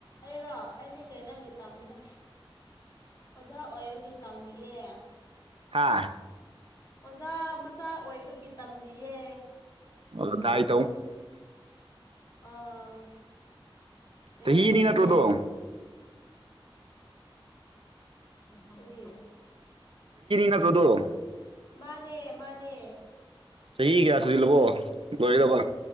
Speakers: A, on the left (about 45°); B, on the right (about 75°).
A: ꯑꯩꯔꯣ ꯑꯩꯗꯤ ꯀꯩꯅꯣꯒꯤ ꯇꯝꯃꯤꯗ ꯑꯣꯖꯥ ꯑꯣꯏꯕꯒꯤ ꯇꯝꯃꯤꯌꯦ
B: ꯍꯥꯥ
A: ꯑꯣꯖꯥ ꯃꯆꯥ ꯑꯣꯏꯕꯒꯤ ꯇꯝꯔꯤꯌꯦ
B: ꯑꯣꯗꯥꯏ
A: ꯑꯥ ꯌꯥꯝ
B: ꯆꯍꯤꯅꯤ
A: ꯍꯩꯌꯦꯀꯣ
B: ꯅꯠꯇ꯭ꯔꯣꯗꯣ
A: ꯀꯔꯤ
B: <inaudible> ꯇꯗꯣ
A: ꯃꯥꯅꯦ ꯃꯥꯅꯦ
B: ꯆꯍꯤ ꯀꯌꯥ ꯁꯨꯖꯤꯜꯂꯕꯣ ꯂꯣꯏꯒꯗꯕ